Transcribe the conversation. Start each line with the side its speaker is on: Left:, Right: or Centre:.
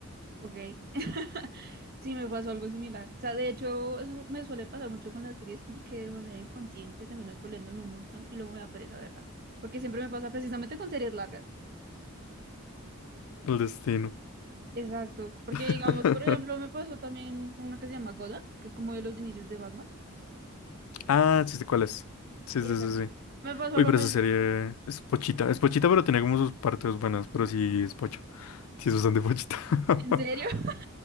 Right: ok. <laughs> Sí, me pasó algo similar. O sea, de hecho, eso me suele pasar mucho con las series, como que de manera inconsciente termino spoileándome un montón y luego me da pereza verla. Porque siempre me pasa precisamente con series largas.
Left: el destino.
Right: Exacto, porque
Left: <laughs>
Right: digamos, por ejemplo, me pasó también con una que se llama Gotham, que es como de los inicios de Batman.
Left: Ah, sí sé cuál es. Sí,
Right: Exacto.
Left: sí, sí, sí.
Right: Me pasó
Left: Uy,
Right: lo
Left: pero
Right: mismo.
Left: esa serie es pochita. Es pochita, pero tiene como sus partes buenas. Pero sí es pocho. Sí es bastante pochita. <laughs>
Right: ¿En serio? <laughs>